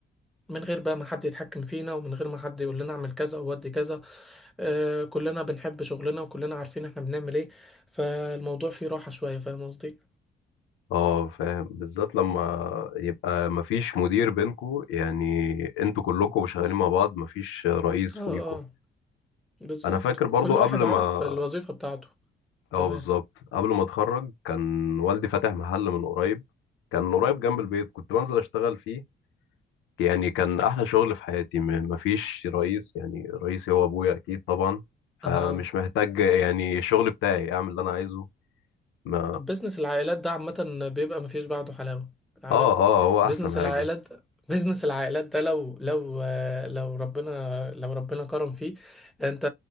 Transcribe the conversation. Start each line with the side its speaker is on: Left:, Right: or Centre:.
Centre: من غير بقى ما حد يتحكم فينا ومن غير ما حد يقول لنا اعمل كذا او ودي كذا آه كلنا بنحب شغلنا وكلنا عارفين احنا بنعمل ايه فالموضوع فيه راحة شوية فاهم قصدي
Left: اه فاهم بالذات لما يبقى مفيش مدير بينكو يعني انتوا كلكم شغالين مع بعض مفيش رئيس
Centre: اه
Left: فوقيكوا
Centre: اه بالظبط
Left: انا فاكر برضو
Centre: كل واحد
Left: قبل
Centre: عارف
Left: ما
Centre: الوظيفة بتاعته
Left: اه
Centre: تمام
Left: بالظبط قبل ما اتخرج كان والدي فاتح محل من قريب كان قريب جنب البيت كنت بنزل اشتغل فيه يعني كان احلى شغل في حياتي م- مفيش رئيس يعني رئيسي هو ابويا اكيد طبعا فمش
Centre: اه
Left: محتاج يعني الشغل بتاعي اعمل اللي انا عايزه ما
Centre: بزنس العائلات ده عامة بيبقى مفيش بعده حلاوة عارف
Left: اه اه هو
Centre: بزنس
Left: احسن حاجة
Centre: العائلات بزنس العائلات ده لو لو لو ربنا لو ربنا كرم فيه انت